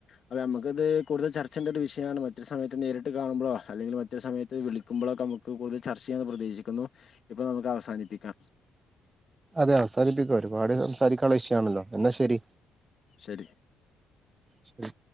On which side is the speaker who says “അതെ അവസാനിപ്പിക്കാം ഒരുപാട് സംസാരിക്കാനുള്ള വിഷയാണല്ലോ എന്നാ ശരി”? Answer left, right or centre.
Right